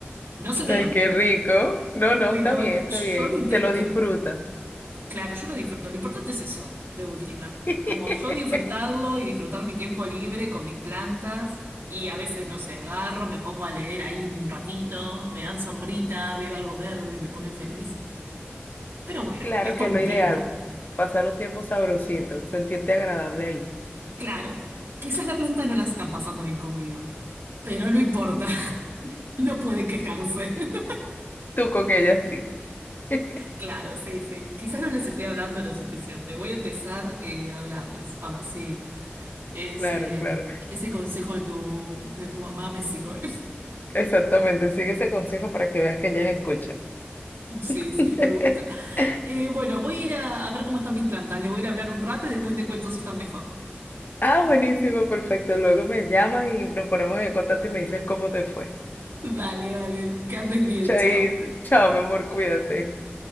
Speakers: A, on the right (about 75°); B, on the left (about 50°).
A: No se me
B: Ay,
A: da bien,
B: qué rico. No, no,
A: pero
B: está bien, está
A: yo
B: bien.
A: lo intento.
B: Te lo disfrutas.
A: Claro, yo lo disfruto. Lo importante es eso, de última.
B: <laughs>
A: Como yo disfrutarlo y disfrutar mi tiempo libre con mis plantas. Y a veces, no sé, agarro, me pongo a leer ahí un ratito, me dan sombrita, veo algo verde, me ponen feliz. Pero bueno,
B: Claro
A: es por
B: que es
A: un
B: lo
A: tiempo.
B: ideal. Pasar un tiempo sabrosito, sentirte agradable ahí.
A: Claro, quizás la planta no la están pasando bien conmigo, pero no importa. <laughs> No pueden quejarse. <laughs>
B: Tú con ellas sí. <laughs>
A: Claro, sí, sí. Quizás no les estoy hablando lo suficiente. Voy a empezar eh, a hablarles, a ver si ese,
B: Claro, claro.
A: ese consejo de tu, de tu mamá me sirve. <laughs>
B: Exactamente. Sigue ese consejo para que veas que ellas escuchan.
A: Sí,
B: <laughs>
A: sí, me gusta. Eh, bueno, voy a ir a, a ver cómo están mis plantas. Le voy a ir a hablar un rato y después te cuento si están mejor.
B: Ah, buenísimo, perfecto. Luego me llamas y nos ponemos en contacto y me dices cómo te fue.
A: Dale, dale. Que andes bien,
B: Chai,
A: chao.
B: chao, mi amor, cuídate.